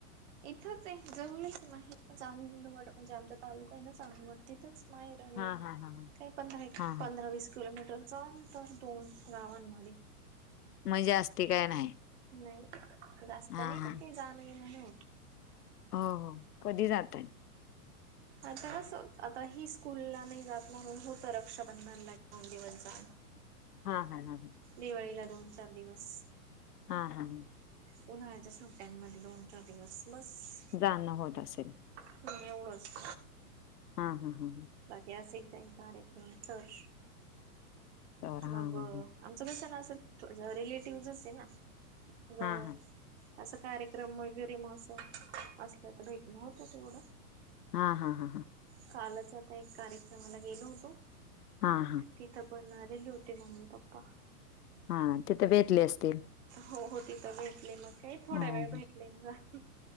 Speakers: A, on the right; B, on the left.
A: इथंच आहे जवळचय माहेर. चावंदवाड म्हणजे आमचा तालुका आहे ना चावंदवाड तिथंच. माहेर आणि
B: हां, हां, हां, हां.
A: काही पंधरा एक
B: हां, हां.
A: पंधरा वीस किलोमीटरच अंतर दोन गावांमध्ये.
B: म्हणजे असते काय नाही.
A: नाही. जास्त
B: हां,
A: नाही. पण
B: हां.
A: काही जा नाही येण नाही होत?
B: हो हो कधी जाताय?
A: आताच आता ही स्कूलला नाही जात म्हणून होतं रक्षाबंधनला एक -दोन दिवस जाण.
B: <inaudible> हा - हा - हा -हा.
A: दिवाळीला दोन -चार दिवस.
B: हा - हा - ह.
A: उन्हाळ्याच्या सुट्ट्यांमध्ये दोन चार दिवस बस.
B: जाणं होत असेल?
A: हम्म एवढंच.
B: हा - हा -हा - हां.
A: बाकी असेल काही कार्यक्रम तर
B: तर हां,
A: मग
B: हां, हां.
A: आमचं कस न अस ज रिलेटिवज असे ना?
B: हां,
A: गं?
B: हां.
A: असं कार्यक्रम वगैरे म असं -असल तर भेटणं होतं तेवढं.
B: हा -हा -हां -हां.
A: कालच आता एक कार्यक्रमाला गेलो होतो.
B: हा -हा.
A: तिथं पण आलेले होते मम्मी - पप्पा.
B: हा तिथं भेटले असतील?
A: हो हो तिथं भेटले मग काही थोडा
B: हं,
A: वेळ भेटले
B: हं.
A: मग.